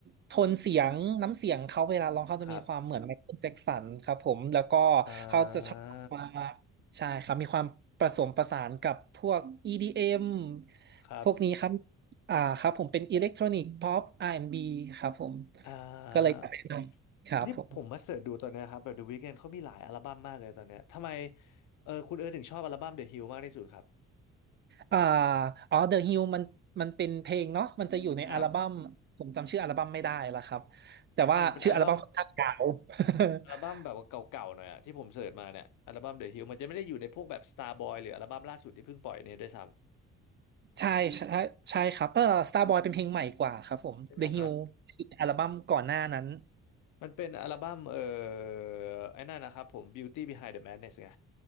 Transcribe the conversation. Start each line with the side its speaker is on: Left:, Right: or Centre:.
Right: โทนเสียงน้ำเสียงเขาเวลาร้องเขาจะมีความเหมือนไมเคิลแจ็กสันครับผมแล้วก็
Left: ครับอ่า
Right: เขาจะชอบมาใช่ครับมีความผสมประสานกับพวก EDM
Left: ครับ
Right: พวกนี้ครับอ่าครับผมเป็นอิเล็กทรอนิกส์ p ๊อป R&B ครับผม
Left: อ่า
Right: ก็เลยอยากแนะนำครับผม
Left: นี่ผมมาเสิร์ชดูตอนเนี้ยครับแบบ The Weeknd เขามีหลายอัลบั้มมากเลยตอนเนี้ยทำไมเออคุณเออถึงชอบอัลบั้ม The Hill มากที่สุดครับ
Right: อ่าอ๋อ The Hill มันมันเป็นเพลงเนาะมันจะอยู่ในอัลบั้มผมจำชื่ออัลบั้มไม่ได้และครับ
Left: ครับ
Right: แต่ว่าชื่ออัลบั้มค่อนข้างยาว
Left: ใช่มันเป็นอัลบั้ม
Right: <laughs>
Left: อัลบั้มแบบว่าเก่าๆหน่อยอะที่ผมเสิร์ชมาเนี่ยอัลบั้ม The Hill มันจะไม่ได้อยู่ในพวกแบบ Starboy หรืออัลบั้มล่าสุดที่เพิ่งปล่อยเนี่ยด้วยซ้
Right: ใช่ใช่ใช่ครับเออ Starboy เป็นเพลงใหม่กว่าครับผม
Left: ำใช่ไหมครับ
Right: The Hill อยู่ในอัลบั้มก่อนหน้านั้น
Left: มันเป็นอัลบั้มเอ่อไอ้นั่นนะครับผม Beauty Behind the Madness ไง